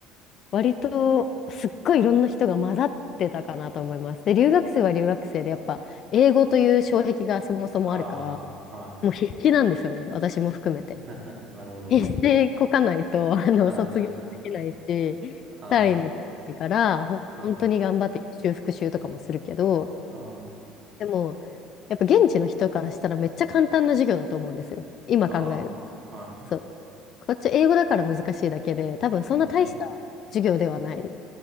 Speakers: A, on the left (about 35°); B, on the right (about 40°).
A: 割とすっごいいろんな人が混ざってたかなと思います。で、留学生は留学生で、やっぱ英語という障壁がそもそもあるから、
B: ああ、はい。
A: もう必死なんですよね、私も含めて。
B: <laughs> なるほど。
A: 必死でこかないと、あの、
B: はいはいはい。
A: 卒業できないし、
B: あ
A: 単位も取れないから、ほん本当に頑張って修復習とかもするけど、
B: あ、はい。うん、あ
A: でも、やっぱ現地の人からしたらめっちゃ簡単な授業だと思うんですよ。今考える。
B: あ、は
A: そう。こっち英語だから難しいだけで、多分そんな大した授業ではない。
B: い。うん。